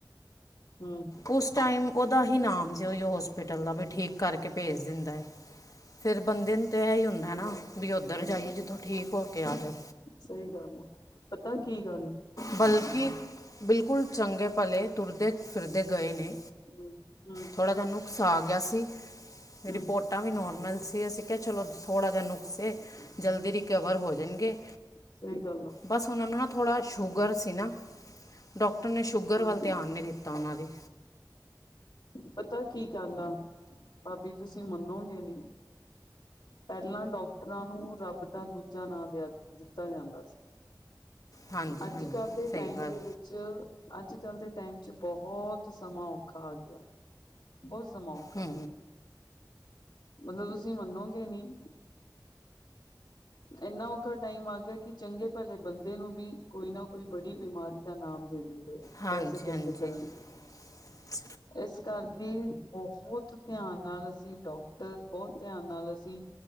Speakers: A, on the left (about 65°); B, on the left (about 50°).
A: ਹਮ
B: ਉਸ ਟਾਈਮ ਉਹਦਾ ਹੀ ਨਾਮ ਸੀ, ਉਹੀ ਹੋਸਪਿਟਲ ਦਾ ਵੀ ਠੀਕ ਕਰਕੇ ਭੇਜ ਦਿੰਦਾ ਏ, ਫੇਰ ਬੰਦੇ ਨੂੰ ਤੇ ਇਹ ਹੀ ਹੁੰਦਾ,
A: ਹਮ
B: ਨਾ ਵੀ ਉੱਧਰ ਜਾਈਏ ਜਿੱਥੋਂ ਠੀਕ ਹੋ ਕੇ ਆ ਜਾਓ।
A: ਸਹੀ ਗੱਲ ਹੈ। ਪਤਾ ਕੀ ਗ
B: ਬਲਕਿ ਬਿਲਕੁਲ ਚੰਗੇ ਭਲੇ। ਤੁਰਦੇ ਫਿਰਦੇ ਗਏ, ਨੇ
A: ਹਮ ਹਮ
B: ਥੋੜ੍ਹਾ ਜਿਹਾ ਨੂੰ ਉਕਸਾ ਗਿਆ ਸੀ।
A: ਹਮ
B: ਰਿਪੋਰਟ ਟਾ ਵੀ ਨੋਰਮਲ ਸੀ, ਅਸੀਂ ਕਿਹਾ ਚਲੋ ਥੋੜ੍ਹਾ ਜਿਹਾ ਨੁਕਸੇ ਜਲਦੀ ਰਿਕਵਰ ਹੋ ਜਾਣਗੇ।
A: ਸਹੀ ਗੱਲ ਆ।
B: ਬਸ ਉਹਨਾਂ ਨੂੰ ਨਾ ਥੋੜ੍ਹਾ ਸ਼ੂਗਰ ਸੀ ਨਾ, ਡੋਕਟਰ ਨੇ ਸ਼ੂਗਰ
A: ਹਾਂਜੀ
B: ਵੱਲ ਧਿਆਨ ਨਹੀਂ ਦਿੱਤਾ ਉਹਨਾਂ ਦੀ
A: ਪਤਾ ਕੀ ਕਰਨਾ ਭਾਬੀ ਤੁਸੀਂ ਮੰਨੋਗੇ ਨੀ। ਪਹਿਲਾਂ ਡਾਕਟਰਾਂ ਨੂੰ ਰੱਬ ਦਾ ਦੂਜਾ ਨਾਂ ਦ ਦਿੱਤਾ ਜਾਂਦਾ ਸੀ।
B: ਹਾਂਜੀ
A: ਅੱਜ
B: ਹਾਂਜੀ
A: ਕੱਲ੍ਹ ਦੇ
B: ਸਹੀ
A: ਟਾਈਮ
B: ਗੱਲ
A: ਦੇ ਵਿੱਚ ਚ ਅੱਜ-ਕੱਲ ਦੇ ਟਾਈਮ ਚ ਬਹੁਤ ਸਮਾਂ ਔਖਾ ਆ ਗਿਆ। ਬਹੁਤ ਸਮਾਂ ਔ
B: ਹੂੰ,
A: ਮਤਲਬ ਤੁਸੀਂ ਮੰਨੋਗੇ ਨਹੀਂ ਇੰਨਾ ਔਖਾ ਟਾਈਮ ਆ ਗਿਆ, ਕਿ ਚੰਗੇ ਭਲੇ ਬੰਦੇ ਨੂੰ ਵੀ ਕੋਈ ਨਾ ਕੋਈ ਬੜੀ ਬਿਮਾਰੀ ਦਾ ਨਾਮ ਦੇ ਦਿੰਦੇ
B: ਹਾਂਜੀ
A: ਪੈਸੇ ਇਕੱਠੇ
B: ਹਾਂਜੀ
A: ਕਰਨ ਲਈ
B: <inaudible>
A: ਇਸ ਕਰਕੇ ਬਹੁਤ ਧਿਆਨ ਨਾਲ ਅਸੀਂ ਡਾਕਟਰ ਬਹੁਤ ਧਿਆਨ ਨਾਲ ਅਸੀਂ